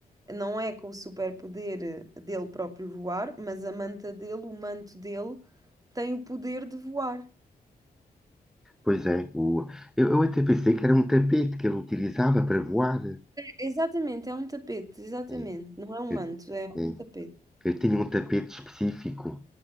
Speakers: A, on the right (about 25°); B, in the centre.
A: Não é com o superpoder dele próprio voar, mas a manta dele, o manto dele, tem o poder de voar.
B: Pois é, o, eu, eu até pensei que era um tapete que ele utilizava para voar.
A: Exatamente, é um tapete, exatamente.
B: É,
A: Não é um
B: Eu,
A: manto, é
B: é,
A: um tapete.
B: eu tinha um tapete específico,